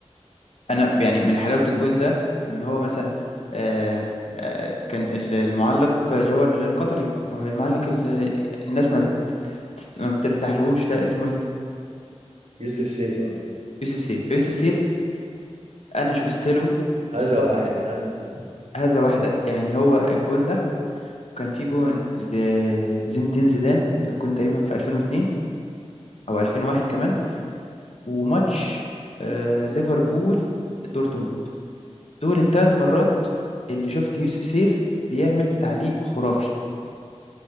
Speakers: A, on the left; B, on the right.
A: انا يعني من حلاوة
B: لاعب
A: الجون ده ان هو مثلا آه، آه، كان ال- المعلق اللي هو القطري المعلق ال- الناس ما ما بترتاحلهوش ده اسمه ايه
B: يوسف سيف آه.
A: يوسف سيف فيوسف سيف انا شفت له
B: هذا
A: بالظبط
B: واحد هذا ثاني.
A: هذا واحده يعني هو الجون ده كان في جون ل- لزين الدين زيدان الجون تقريبا في 2002 او 2001 كمان وماتش آه، ليفربول دورتموند دول الثلاث مرات اللي شفت يوسف سيف بيعمل تعليق خرافي